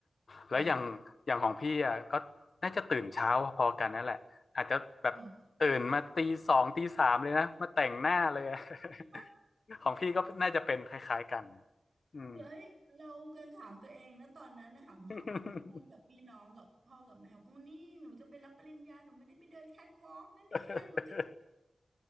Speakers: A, on the right; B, on the left.
A: เออ
B: แล้วอย่างอย่างของพี่อ่ะก็น่าจะตื่นเช้าพอๆกันนั่นแหละอาจจะแบบตื่นมาตีสองตีสามเลยนะมาแต่งหน้าเลยอะ
A: โ
B: <laughs>
A: อ้
B: ของพี่ก็น่าจะเป็นคล้ายๆกันอืม
A: แบบเฮ้ยเรากันขำตัวเองนะตอนนั้นนะขำๆอ่ะพูดกับพี่น้องกับพ่อกับแม่อู้นี่หนูจะไปรับปริญญาหนูไม่ได้ไปเดินแคทวอล์กนะเนี่ยหนูจะ
B: <laughs> <laughs>